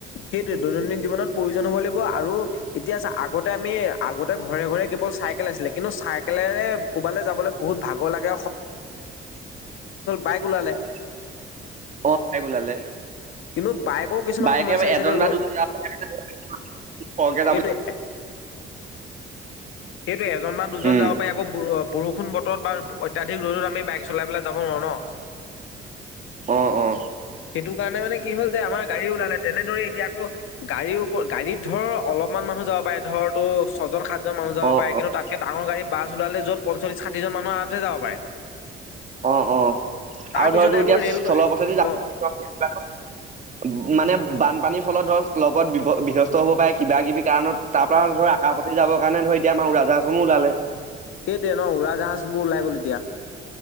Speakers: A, on the left (about 85°); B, on the right (about 40°).
A: সেইটোয়ে দৈনন্দিন জীৱনত প্ৰয়োজন হ'ব লাগিব আৰু এতিয়া চা আগতে আমি আগতে ঘৰে ঘৰে কেৱল চাইকেল আছিলে, কিন্তু চাইকেলেৰে কবালৈ যাবলৈ বহুত ভাগৰ লাগে বাইক ওলালে।
B: <inaudible> বাইক ওলালে
A: কিন্তু বাইকৰো কিছুমান
B: বাইকে
A: সমস্যা আছে
B: এজন
A: এতিয়া
B: বা
A: ৰ
B: দুজন <inaudible> খৰকে যাবলে
A: সেইটোৱে সেইটোয়ে এজন বা দুজন
B: উম
A: যাব পাৰি আকৌ বৰ বৰষুন বৰষুন বতৰত বা অত্যাধিক ৰ'দত আমি বাইক চলাই পেলাই যাব নোৱাৰো ন'।
B: অ', অ'।
A: সেইটো কাৰণে মানে কি হ'ল, যে আমাৰ গাড়ী ওলালে তেনেদৰে এতিয়া আকো গাড়ীৰ ওপৰত গাড়ীত ধৰ অলপমান মানুহ যাব পাৰে ধৰ তোৰ ছজন সাতজন, মানুহ যাব
B: অ
A: পাৰে। কিন্তু
B: অ
A: তাতকে ডাঙৰ গাড়ী বাছ ওলালে যত পঞ্চচল্লিছ ষাঠিজন মানহ আৰামচে যাব পাৰে।
B: অঁ, অঁ।
A: তাৰ
B: আৰু
A: পিছতে
B: ধৰ তোৰ এতিয়া
A: আকৌ ৰেল
B: স্থল পথেদি যাম
A: অ
B: <inaudible> মানে বানপানীৰ ফলত ধৰ লগত বিভ বিধস্ত হব পাৰে, কিবা কিবি কাৰণত তাৰ পৰা ধৰ আকাশ পথেদি যাবৰ কাৰণে ধৰ এতিয়া আমা উৰা জাহাজ সমূহ ওলালে।
A: সেইটোয়ে ন' উৰা জাহাজবো ওলাই গ'ল এতিয়া,